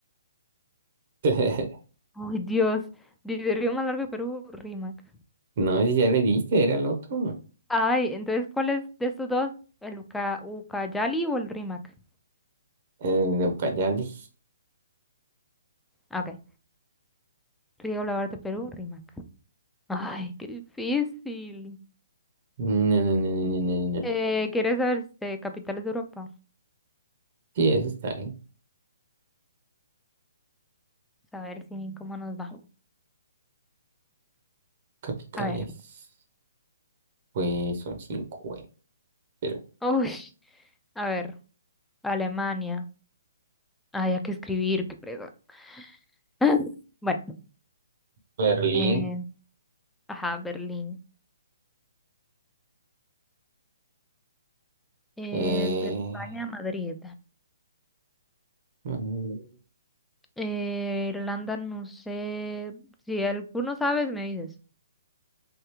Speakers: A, on the right; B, in the centre.
A: <laughs>
B: Ay, Dios. Dice Río Malargo de Perú, Rímac.
A: No, si ya le diste, era el otro.
B: Ay, entonces, ¿cuál es de estos dos? ¿El Uca- Ucayali o el Rímac?
A: El Ucayali.
B: Ah, Ok. Río Lavar de Perú, Rímac. Ay, qué difícil.
A: No, no, no, no, no, no, no.
B: Eh, ¿quieres saber este, capitales de Europa?
A: Sí, eso está bien.
B: A ver si, cómo nos va.
A: Capitales,
B: A ver.
A: pues son cinco, güey. Pero
B: Uy, a ver. Alemania. Ay, hay que escribir, qué presa. <laughs> Bueno,
A: Berlín,
B: eh, ajá, Berlín. Eh,
A: eh,
B: de España a Madrid.
A: mm,
B: Eh, Irlanda, no sé. Si alguno sabes, me dices.